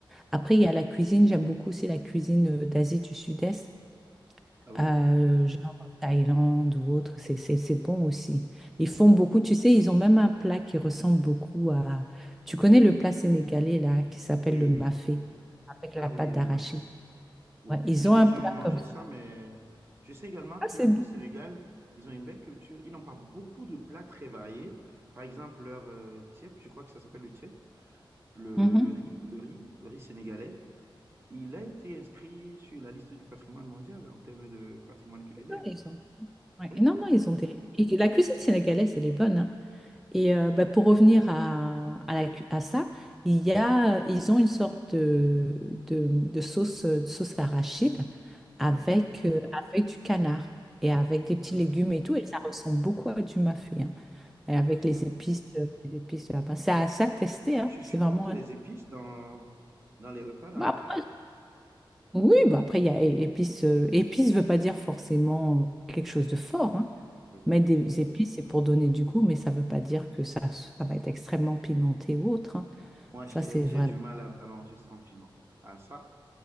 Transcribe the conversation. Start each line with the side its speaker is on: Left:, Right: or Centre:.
Centre: Après, il y a la cuisine. J'aime beaucoup aussi la cuisine euh, d'Asie du Sud-Est
Right: Ah oui,
Centre: euh, genre Thaïlande ou autre, c'est c'est- c'est bon aussi. Ils font beaucoup, tu sais, ils ont même un plat qui ressemble beaucoup à... Tu connais le plat sénégalais, là, qui s'appelle
Right: oui,
Centre: le mafé, avec la
Right: ah
Centre: pâte
Right: oui, le
Centre: d'arachide.
Right: mafé. Oui,
Centre: Ouais, ils
Right: je
Centre: ont un
Right: n'ai
Centre: plat
Right: jamais mangé
Centre: comme ça.
Right: ça, mais je sais également
Centre: Ah,
Right: qu'au
Centre: c'est bon.
Right: Sénégal, ils ont une belle culture. Ils n'ont pas beaucoup de plats très variés. Par exemple, leur euh, thiep, je crois que ça s'appelle le thiep. Le,
Centre: Mhm.
Right: le riz, le riz, le riz sénégalais, il a été inscrit sur la liste du patrimoine mondial en termes de patrimoine culinaire.
Centre: Non, ils ont... ouais.
Right: Oui,
Centre: Non, non, ils ont des... et la cuisine sénégalaise, elle est bonne, hein. Et euh, bah, pour revenir à, à, la cu- à ça, il y a, ils ont une sorte de, de, de sauce, euh, sauce arachide avec,
Right: oui.
Centre: euh, avec du canard et avec des petits
Right: Ah,
Centre: légumes et tout. Et ça ressemble beaucoup à du mafé, hein, et avec
Right: ah, ça.
Centre: les épices, euh, les épices de là-bas. C'est à, c'est à tester, hein,
Right: Je
Centre: c'est
Right: supporte
Centre: vraiment...
Right: les
Centre: int-
Right: épices dans, dans les repas, dans
Centre: Bah,
Right: les
Centre: après-
Right: plats.
Centre: oui, bah après, il y a é- épices. euh, épices ne veut pas dire forcément euh, quelque chose de fort. Hein.
Right: Oui.
Centre: Mettre des épices, c'est pour donner du goût, mais ça ne veut pas dire que ça, ça va être extrêmement pimenté ou autre. hein.
Right: Moi,
Centre: Ça,
Right: j'ai,
Centre: c'est
Right: j'ai
Centre: vraiment.
Right: du mal à, à manger sans piment. Ah, ça,